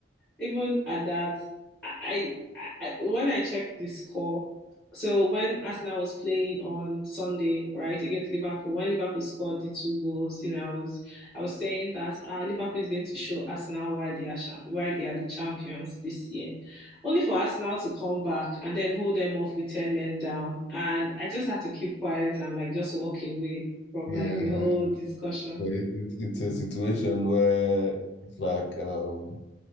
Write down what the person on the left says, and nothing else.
yeah,
but it, it, it's a situation where it's like um,